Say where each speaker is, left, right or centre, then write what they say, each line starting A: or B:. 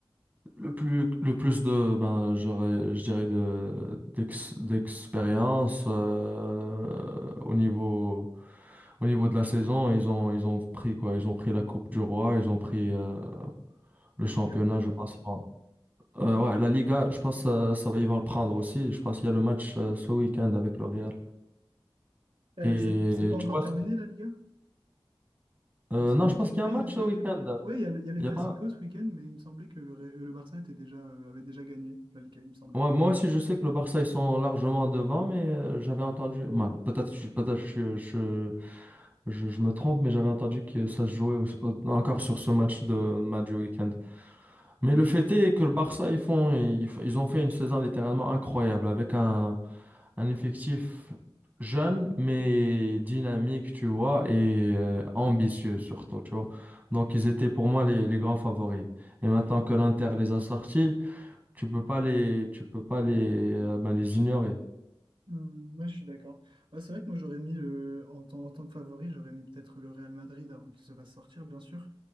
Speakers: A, on the right; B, on the right.
A: le plus, le plus de, ben, j'aurais, je dirais, de, d'ex- d'expérience euh, au niveau, au niveau de la saison. Ils ont, ils ont pris quoi? Ils ont pris la Coupe du Roi, ils ont pris euh,
B: La
A: le championnat,
B: Liga.
A: je pense. Bon. Euh, ouais, la Liga, je pense euh, ça va, ils vont le prendre aussi. Je pense qu'il y a le match euh, ce week-end avec le Real.
B: Euh,
A: Et
B: c'est c'est pas encore
A: tu vois,
B: terminé,
A: c'est-
B: la Liga?
A: euh,
B: On sait-
A: non, je pense
B: pour
A: qu'il
B: moi,
A: y a un match
B: ils étaient.
A: ce week-end.
B: Oui, il y a, le- il y a le
A: Il
B: Classico
A: y a pas.
B: ce week-end, mais il me semblait que le, Ré- euh, le Barça était déjà, euh, avait déjà gagné la Liga, il me semblait.
A: Ouais, moi aussi, je sais que le Barça, ils sont largement devant, mais euh, j'avais entendu. ben, peut-être je- peut-être je, je, je, je me trompe, mais j'avais entendu que ça se jouait au- au- encore sur ce match de match du week-end. Mais
B: Ok.
A: le fait est que le Barça, ils font, ils, f- ils ont fait une saison littéralement incroyable avec un, un effectif jeune, mais dynamique, tu vois, et euh, ambitieux surtout, tu vois. Donc, ils étaient pour moi les, les grands favoris. Et maintenant que l'Inter les a sortis, tu peux pas les, tu peux pas les, euh, ben, les ignorer.
B: Hmm, ouais, je suis d'accord. Ouais, c'est vrai que moi j'aurais mis le- en tant, en tant que favori, j'aurais mis peut-être le Real Madrid avant qu'il se fasse sortir, bien sûr.